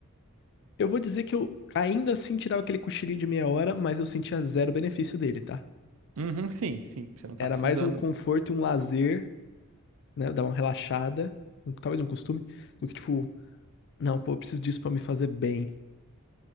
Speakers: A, on the left (about 50°); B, on the right (about 65°).
A: eu vou dizer que eu ainda assim tirava aquele cochilinho de meia hora, mas eu sentia zero benefício dele, tá?
B: Uhum, sim, sim. Você não tá
A: Era
B: precisando.
A: mais um conforto e um lazer, né? Dar uma relaxada, um- talvez um costume, do que tipo, não, pô, eu preciso disso pra me fazer bem.